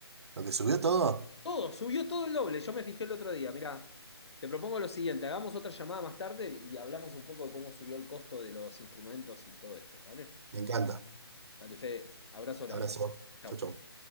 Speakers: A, on the right; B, on the left.
A: Lo que subió todo,
B: Todo, subió todo el doble. Yo me fijé el otro día. Mirá, te propongo lo siguiente: hagamos otra llamada más tarde y hablamos un poco de cómo subió el costo de los instrumentos y todo esto. ¿Dale?
A: me encanta.
B: Dale, Fede, abrazo grande.
A: Abrazo.
B: Chau.
A: Chau, chau.